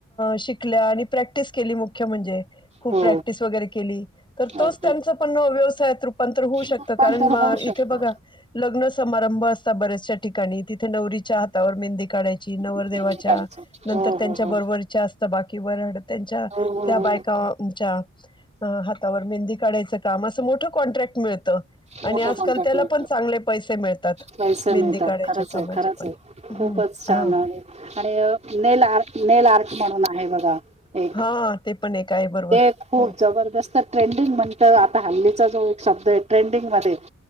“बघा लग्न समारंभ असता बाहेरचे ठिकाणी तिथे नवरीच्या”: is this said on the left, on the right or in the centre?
Left